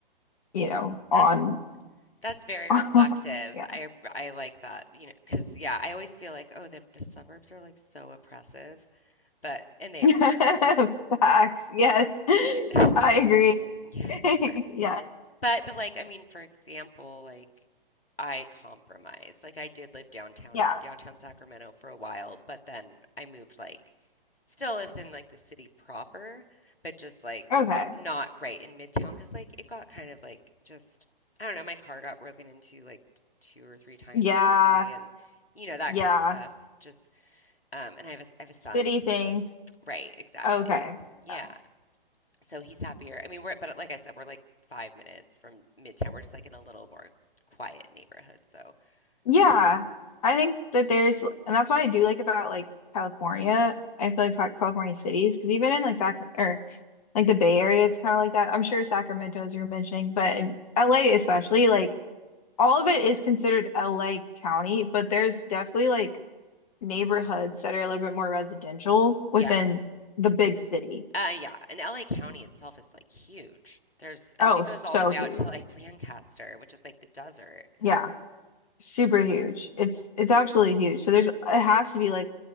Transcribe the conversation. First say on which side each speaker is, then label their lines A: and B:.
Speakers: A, on the left; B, on the left.
A: you know,
B: That's
A: on
B: that's very
A: <laughs>
B: reflective.
A: yeah.
B: I I like that, you know because yeah, I always feel like, oh, the the suburbs are like so oppressive, but and they
A: <laughs>
B: are.
A: Facts. Yes. <laughs>
B: You- <laughs>
A: I
B: That's
A: agree.
B: yeah,
A: <laughs>
B: it's hard.
A: Yes.
B: But but like I mean, for example, like I compromised. Like I did live downtown
A: Yeah.
B: in downtown Sacramento for a while, but then I moved like still within like the city proper, but just like
A: Okay.
B: not right in Midtown because like it got kind of like just I don't know, my car got broken into like t- two or three times
A: Yeah,
B: maybe and you know that
A: yeah.
B: kind of stuff. Just um and I have a I have a son.
A: City things.
B: Right, exactly.
A: Okay.
B: Yeah.
A: Yeah.
B: So he's happier. I mean, we're but like I said, we're like five minutes from Midtown. We're just like in a little more quiet neighborhood. So
A: Yeah.
B: it's
A: I think that there's, and that's what I do like about like California. I feel like Fa- California cities, because even in like Sac or like the Bay Area, it's kind of like that. I'm sure Sacramento, as you were mentioning, but in LA especially, like all of it is considered LA County, but there's definitely like neighborhoods that are a little bit more residential
B: yeah,
A: within the big city.
B: uh, yeah. And LA County itself is like huge. There's, I
A: Oh,
B: mean, it goes
A: so
B: all the way
A: huge.
B: out to like Lancaster, which is like the desert.
A: Yeah. super huge. It's it's absolutely huge. So there's it has to be like